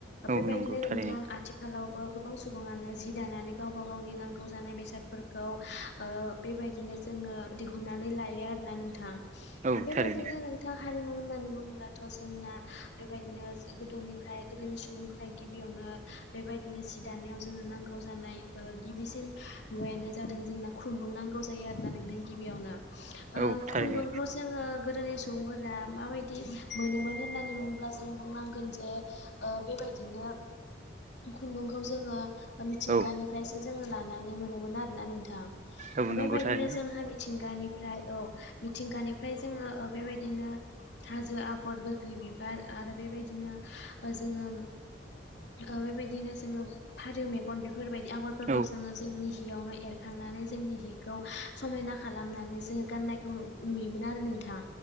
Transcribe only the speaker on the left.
बेबायदिनो
नोंथां
आथिखालावबो गोबां सुबुङानो जि दानानै गावबा गावनि नांगौ जानाय बेसादफोरखौ बेबायदिनो जोङो दिहुननानै लायो। आरोना नोंथां
बेबायदिनो
नोंथां। हारिमु होननानै बुङोब्लाथ' जोंना बेबायदिनो गोदोनिफ्राय गोदोनि सुबुंफोरा गिबियावनो बेबायदिनो जि दानायाव जोंनो नांगौ जानाय गिबिसिन मुवायानो जादों जोंना खुन्दुं नांगौ जायो आरोना नोंथां गिबियावनो
खुन्दुंखौ जोङो गोदोनि सुबुंफोरा माबायदि मोनोमोन होननानै बुंङोब्ला जों बुंनांगोन जे बेबायदिनो खुन्दुंखौ जोङो मिथिंगानिफ्रायसो
जोङो लानानै मोनोन आरोना नोंथां
बेबायदिनो
जोंहा मिथिंगानिफ्राय औ मिथिंगानि फ्राय जोङो बेबायदिनो हाजो आगर बग्रि बिबार आरो बेबायदिनो जोङो ओ बेबायदिनो जोङो फारौ मेगन बेफो बेफोरबायदि आगरफोरखौ
जोङो जोंनि हियावनो एरखांनानै जोंनि हिखौ समायना खालामनानै जोङो गाननायखौ नुयोमोन आरो नोंथां